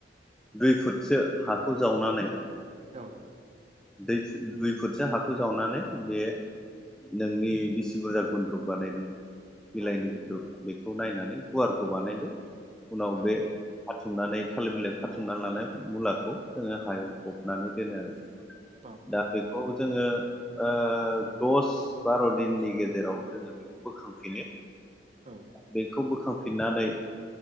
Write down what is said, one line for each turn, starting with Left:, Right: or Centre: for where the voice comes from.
Centre: दुइ फुटसो हाखौ जावनानै
Right: औ
Centre: दुइ फुट दुइ फुटसो हाखौ जावनानै बे नोंनि बिसि बुरजा गुन्द्रब बानायदों बिलाइनि
Right: औ
Centre: गुनद्रुख बेखौ नायनानै गुवारखौ बानायदो उनाव
Right: औ
Centre: बे खाथुमनानै थालिर बिलायाव खाथुमनानै लानाय मुलाखौ जोङो हायाव फबनानै दोनो आरो।
Right: बाबरे
Centre: दा
Right: बा
Centre: बेखौ जोङो। ओ दस बार' दिननि गेजेराव जोङो बेखौ बोखांफिनो
Right: औ
Centre: बेखौ बो खांफिननानै